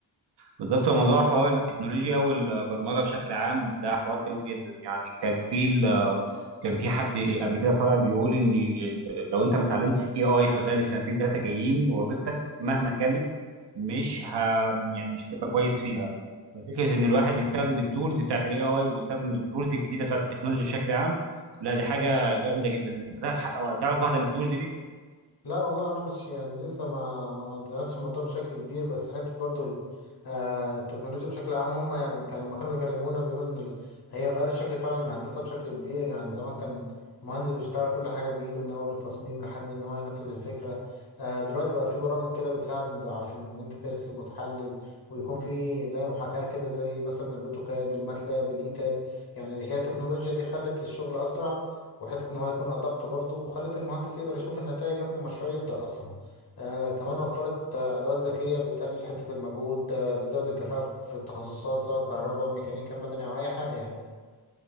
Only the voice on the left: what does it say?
مم.
لا والله انا مش يعني لسه ما ما درستش الموضوع بشكل كبير بس حته برضو ال- آه، التكنولوجيا بشكل عام هم يعني كان لما كانوا بيكلمونا بيقولوا ان ال- هي غيرت شكل فعلا الهندسه بشكل كبير يعني زمان كان المهندس بيشتغل كل حاجه بايده من اول التصميم لحد ان هو ينفذ الفكره آه، دلوقتي بقى في برامج كده بتساعد في ان انت ترسم وتحلل ويكون في زي محاكاه كده زي مثلا الاوتوكاد الماتلاب الايتاب يعني هي التكنولوجيا دي خلت الشغل اسرع وحته ان هو يكون ادق برضه وخلت المهندس يقدر يشوف النتائج قبل ما المشروع يبدا اصلا آه كمان وفرت آه ادوات ذكيه بتقلل حته المجهود آه بتزود الكفاءه في التخصصات سواء كهرباء ميكانيكا مدني او اي حاجه يعني